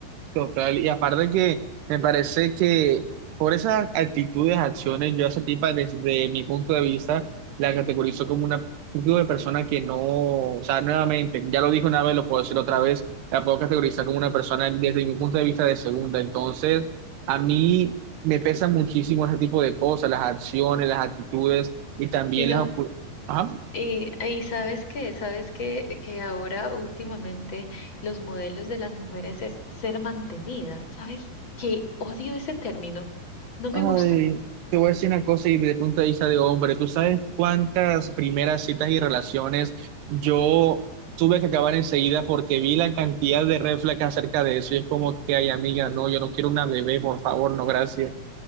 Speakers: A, on the right (about 75°); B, on the left (about 45°).
A: Total, y aparte que me parece que por esas actitudes, acciones, yo a esa tipa desde mi punto de vista la categorizo como una tipo de persona que no, o sea, nuevamente, ya lo dije una vez, lo puedo decir otra vez, la puedo categorizar como una persona desde mi punto de vista de segunda. Entonces, a mí me pesan muchísimo ese tipo de cosas, las acciones, las actitudes y también
B: Y no,
A: las... opu- Ajá.
B: Y, y sabes que, sabes que, que ahora últimamente los modelos de las mujeres es ser mantenida. ¿Sabes qué? Odio ese término. No me
A: Ay,
B: gusta.
A: te voy a decir una cosa y de punto de vista de hombre, ¿tú sabes cuántas primeras citas y relaciones yo tuve que acabar enseguida porque vi la cantidad de red flags acerca de eso? Y es como que, ay, amiga, no, yo no quiero una bebé, por favor, no, gracias.